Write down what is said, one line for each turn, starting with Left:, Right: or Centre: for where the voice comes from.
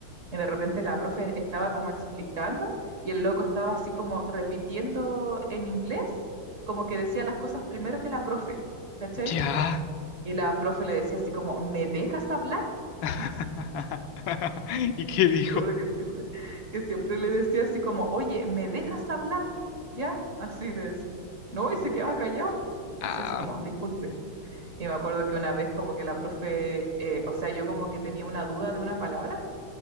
Right: Y de repente la profe estaba como explicando y el loco estaba así como repitiendo en inglés, como que decía las cosas primero que la profe, ¿cachai?
Left: Ya.
Right: Y la profe le decía así como, ¿me dejas hablar? <laughs>
Left: <laughs>
Right: Así,
Left: ¿Y qué dijo?
Right: me acuerdo que siempre, que siempre le decía así como, oye, ¿me dejas hablar? ¿Ya? Así le decía. No, y se quedaba callado, ¿no?
Left: Ah,
Right: Decía así como, disculpe. Y me acuerdo que una vez como que la profe, eh, o sea, yo como que tenía una duda de una palabra